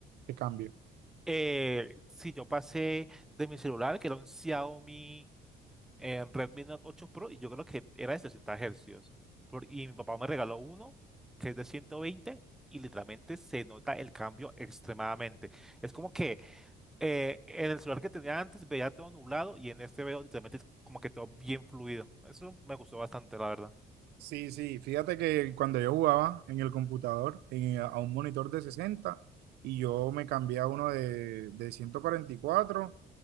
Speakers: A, on the right; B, in the centre.
A: de cambio?
B: Eh, sí, yo pasé de mi celular, que era un Xiaomi en Redmi Note 8 Pro y yo creo que era de 60 hercios. Por- y mi papá me regaló uno que es de 120 y literalmente se nota el cambio extremadamente. Es como que eh, en el celular que tenía antes veía todo nublado y en este veo literalmente como que todo bien fluido. Eso me gustó bastante, la verdad.
A: Sí, sí, fíjate que cuando yo jugaba en el computador, en- a un monitor de 60 y yo me cambié a uno de, de 144.